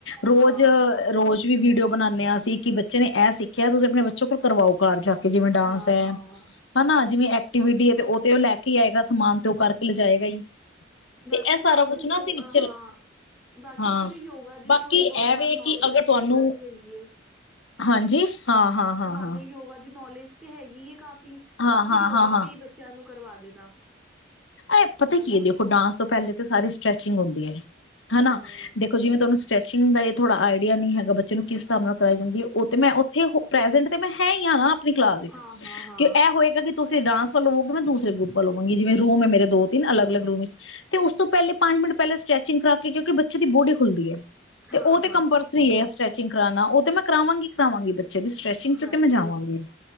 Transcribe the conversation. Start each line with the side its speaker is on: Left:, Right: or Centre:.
Left: ਰੋਜ਼,
Centre: ਹਾਂ
Left: ਰੋਜ਼ ਵੀਡੀਓ ਬਣਾਂਦੇ ਹਾਂਸੀਂ ਕਿ ਬੱਚੇ ਨੇ ਐ ਸਿੱਖਿਆ ਤੁਸੀਂ ਆਪਣੇ ਬੱਚੇ ਕੋਲ ਕਰਵਾਓ ਘਰ ਜਾ ਜਿਵੇਂ ਡਾਂਸ
Centre: ਹਾਂ
Left: ਹੈ
Centre: ਹਾਂ
Left: ਹਨਾ, ਜਿਵੇ ਐਕਟੀਵਿਟੀ ਆ ਤੇ ਓ ਤੇ ਲੈ ਕੇ ਆਏਗਾ ਸਮਾਨ ਤੇ ਉਹ ਕਰਕੇ ਲਿਜਾਏ ਗਾ ਹੀ।
Centre: ਬਾਕੀ
Left: ਤੇ ਇਹ ਸਾਰਾ
Centre: ਤੁਹਾਨੂੰ
Left: ਕੁਛ ਨਾ
Centre: ਯੋ
Left: ਅਸੀਂ ਵਿੱਚ
Centre: ਹਾਂ ਬਾਕੀ
Left: ਹਾਂ
Centre: ਤੁਹਾਨੂੰ ਯੋਗਾ ਦੀ
Left: ਬਾਕੀ
Centre: ਥੋੜ੍ਹੀ ਬਹੁਤ
Left: ਐ ਵੇ
Centre: ਨੋਲੇਜ
Left: ਕਿ ਅਗਰ ਤੁਹਾਨੂੰ
Centre: ਯੋਗਾ ਦੀ ਹੈਗੀ ਹੈ।
Left: ਹਾਂਜੀ। ਹਾਂ ਹਾਂ ਹਾਂ
Centre: ਤੁਆਨੂੰ
Left: ਹਾਂ
Centre: ਯੋਗਾ ਦੀ ਨੌਲੇਜ ਤੇ ਹੈਗੀ ਇਹ ਕਾਫੀ ਵੀ ਕਿ
Left: ਹਾਂ
Centre: ਤੇ ਤੁਸੀਂ
Left: ਹਾਂ
Centre: ਯੋਗਾ
Left: ਹਾਂ ਹਾਂ
Centre: ਵੀ ਬੱਚਿਆਂ ਨੂੰ ਕਰਵਾ ਦੇਣਾ।
Left: ਇਹ ਪਤਾ
Centre: ਹਨਾ
Left: ਕੀ ਹੈ ਦੇਖੋ ਡਾਂਸ ਤੋਂ ਪਹਿਲੇ ਤਾਂ ਸਾਰੇ ਸਟ੍ਰੈਚਿੰਗ ਹੁੰਦੀ ਹੈ
Centre: ਹਾਂ
Left: ਹਨਾ, ਦੇਖੋ ਜਿਵੇਂ ਤੁਹਾਨੂੰ ਸਟ੍ਰੈਚਿੰਗ ਦਾ ਇਹ ਥੋੜ੍ਹਾ ਆਈਡੀਆ ਨਹੀਂ ਹੈਗਾ ਬੱਚੇ ਨੂੰ ਕਿ ਸਾਨੂੰ ਕਰ ਜਾਂਦੀ ਉਹ ਮੈਂ ਉੱਥੇ ਪ੍ਰੈਜੈਂਟ ਤੇ ਮੈਂ ਹੈ ਹੀ ਆ ਨਾ, ਆਪਣੀ ਕਲਾਸ ਵਿੱਚ
Centre: ਹਾਂ ਹਾਂ ਹਾਂ
Left: ਕਿ ਇਹ ਹੋਏਗਾ ਕਿ ਤੁਸੀਂ ਡਾਂਸ ਚਲ <unintelligible> ਹੁਣ ਮੈਂ ਦੂਸਰੇ ਗਰੁੱਪ ਦਾ ਲਵਾਂਗੀ ਜਿਵੇ ਸਾਮਣੇ ਮੇਰੇ ਦੋ ਤ ਅਲੱਗ, ਅਲੱਗ ਰੂਮ ਤੇ ਉਸ ਤੋਂ ਪਹਿਲੇ ਪੰਜ ਮਿੰਟ ਪਹਿਲੇ ਸਟ੍ਰੈਚਿੰਗ ਕਰਕੇ ਕਿਉਂਕਿ ਬੱਚੇ ਦੀ ਬੋਡੀ ਖੁੱਲਦੀ ਹੈ, ਤੇ
Centre: ਹਾਂ
Left: ਉਹ ਤੇ
Centre: ਹਾਂ
Left: ਕੰਪਲਸਰੀ ਸਚ ਗ ਕਰਣਾ ਉਹ ਤੇ ਮੈਂ ਕਰਾਵਾਂਗੀ, ਕਰਾਵਾਂਗੀ ਬੱਚ ਜਦ ਸਟ੍ਰੈਚਿੰਗ
Centre: ਹਾਂਜੀ
Left: ਤੋਂ ਤੇ ਮੈਂ ਜਾਵਾਂਗੀ।